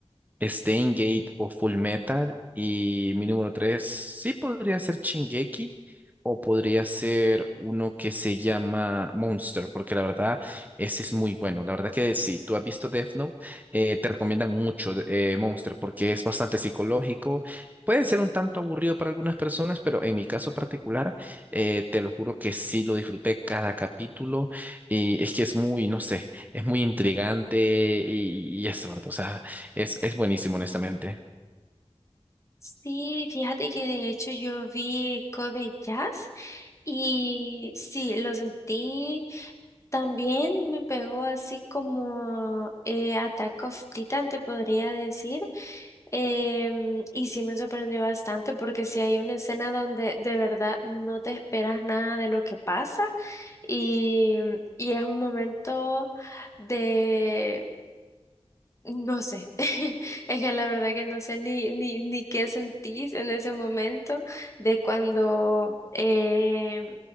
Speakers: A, on the right; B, on the left.
A: Stain Gate o Full Metal. Y mi número tres, sí podría ser Shingeki o podría ser uno que se llama Monster, porque la verdad, ese es muy bueno. La verdad que si tú has visto Death Note, eh, te recomiendan mucho eh, Monster porque es bastante psicológico. Puede ser un tanto aburrido para algunas personas, pero en mi caso particular, eh, te lo juro que sí lo disfruté cada capítulo y es que es muy, no sé, es muy intrigante y, y eso, ¿verdad? O sea, es, es buenísimo, honestamente.
B: Sí, fíjate que de hecho yo vi Code Jazz y sí, lo sentí. También me pegó así como eh, Attack of Titan, te podría decir. Em, y sí me sorprendió bastante porque sí hay una escena donde de verdad no te esperas nada de lo que pasa y, y es un momento de... No sé, <laughs> es que la verdad que no sé ni, ni, ni qué sentís en ese momento de cuando eh,